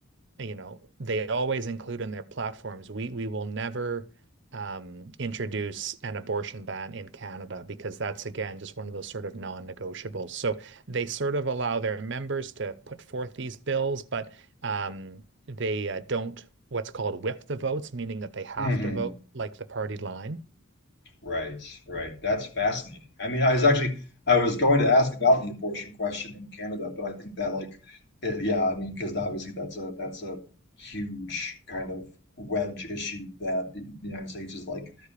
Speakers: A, on the right (about 55°); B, on the left (about 50°).
A: you know, they always include in their platforms, we we will never um, introduce an abortion ban in Canada because that's again just one of those sort of non-negotiables. So they sort of allow their members to put forth these bills, but um, they uh, don't what's called whip the votes, meaning that they have
B: Mm-hmm.
A: to vote like the party line.
B: Right, right. That's fascinating. I mean, I was actually I was going to ask about the abortion question in Canada, but I think that like it, yeah, I mean, because obviously that's a that's a huge kind of wedge issue that the the United States is like